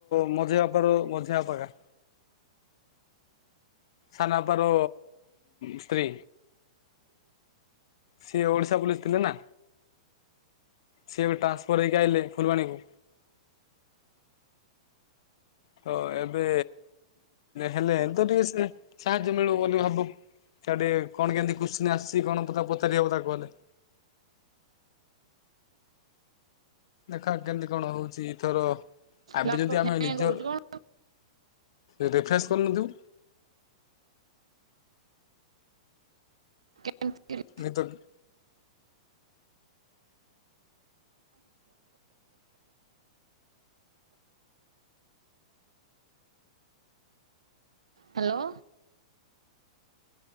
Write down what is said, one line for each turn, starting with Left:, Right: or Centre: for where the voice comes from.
Left: ମଝି ବାପାର ମଝିଆ ଅପା ହେକା ସାନ ଆପାର ସ୍ତ୍ରୀ ସିଏ ଓଡିଶ ତ ପୋଲିସ ଥିଲେ ନା ସିଏ ଏବେ ଟାନ୍ସପର ହେଇକି ଆଇଲେ ଫୁଲବାଣୀକୁ। ହ ଏବେ ହେଲେ ତ ଏବେ ସେ ସାହାଯ୍ୟ ମିଳିବ ବୋଲି ଭାବୁ ଆଡେ କଣ କେନ୍ତି କୁଶ୍ଚିନି ଆସିଛି ନ କଣ କେମିତି ପଚାରିହେବ ତାକୁ ଗଲେ। ଦେଖ କେମିତି କଣ ହଉଚି ତୋର ଆମେ
Right: ଲାପଟପ୍
Left: ଯଦି
Right: ହ୍ୟାଙ୍ଗ
Left: ଆମେ ନିଜର
Right: ହଉଛି କଣ?
Left: ତୁ ରିଫ୍ରେସ୍ କରିନଥିବୁ?
Right: କେତିକି ରେ
Left: ନେଇପାରୁନ?
Right: ହାଲୋ।